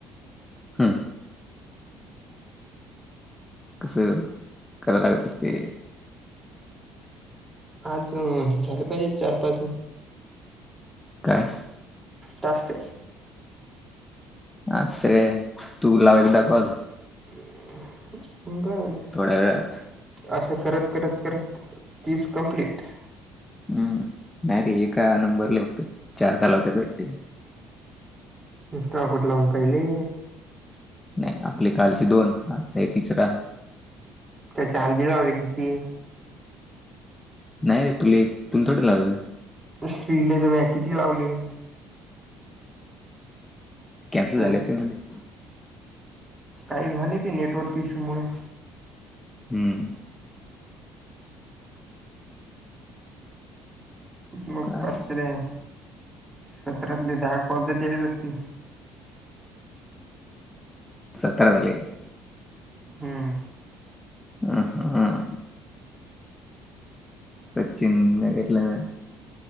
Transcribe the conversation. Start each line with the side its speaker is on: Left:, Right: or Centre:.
Left: हूं कसं कराय लागत असते.
Right: आज झालं पाहिजेत चार पाच
Left: काय?
Right: टास्क
Left: आजच काय तू लाव एकदा कर.
Right: <inaudible> <unintelligible>
Left: थोड्या वेळात
Right: असं करत करत करत तीस कं्प्लीट.
Left: हम्म नाही रे एका नंबर लिवत चार झाला होताटी
Right: टकट लावून पाहिले.
Left: नाय आपले कालचे दोन आणि आजचा आहे तिसरा
Right: त्या चांदी लावली की ती
Left: नाय रे तुले तुल थोडीच लावलेलेय
Right: श्री ला त म्या किती लावले.
Left: कॅन्सल
Right: तर
Left: झाले असतिल ना ते.
Right: काही झाले ते नेटवर्क इश्यू मुळे
Left: हम्
Right: म
Left: काय
Right: पाच तरी सतरातले दहा कॉल त त्यालेच असतील.
Left: सतरा झाले.
Right: हम्म
Left: अं हं सचिन नं घेतलं नं